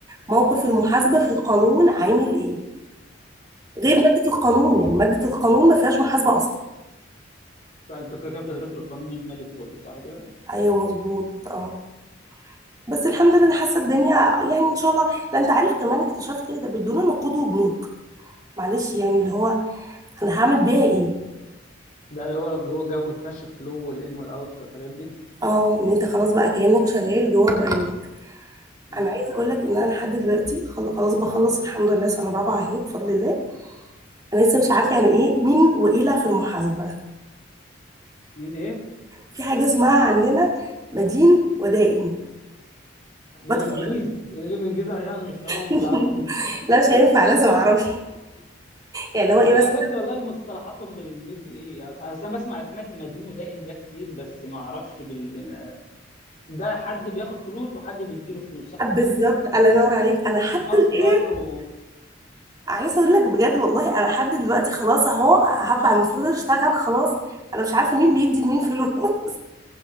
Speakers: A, on the right; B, on the left.
A: موقف المحاسبة في القانون عامل ايه غير
B: تمام
A: مادة القانون يعني مادة القانون ما فيهاش محاسبة اصلا
B: انتوا كده كده بتدرسوا القانون المالي كله صح كده
A: ايوه مظبوط اه بس الحمد لله أنا حاسة الدنيا يعني ان شاء الله لا انت عارف كمان اكتشفت ايه ده بيدونا نقود وبنوك معلش يعني اللي هو انا هعمل بيها ايه
B: ده اللي هو جو جو الكاش فلو والان والاوت والحاجات دي
A: اه ان انت خلاص بقى كأنك شغال جوه بنك
B: مم.
A: انا عايزه اقول لك ان انا لحد دلوقتي خل- خلاص بخلص الحمد لله سنه رابعه اهي بفضل الله انا لسه مش عارفه يعني ايه
B: مم.
A: مين وإيلة في المحاسبه
B: من ايه
A: في حاجه اسمها عندنا مدين ودائن
B: بالانجليزي
A: بدخل
B: اللي بالانجليزي عشان أنا مش فاهمهم
A: <laughs>
B: بالعربي <laughs>
A: لا مش هينفع لازم اعرف يعني اللي هو ايه
B: لا
A: بس
B: جد والله المصطلحاتهم بالانجليزي ايه أص- اصل انا بسمع سمعت مدين ودائن ده كتير بس ما اعرفش بال... ده حد بياخد فلوس وحد بيديله فلوس صح
A: بالظبط
B: كده
A: الله ينور عليك انا حتى
B: مصدر
A: الايه
B: و...
A: عايزه اقول لك بجد والله انا لحد دلوقتي خلاص اهو هطلع المفروض اشتغل خلاص انا مش عارفه مين بيدي لمين فلوس <laughs>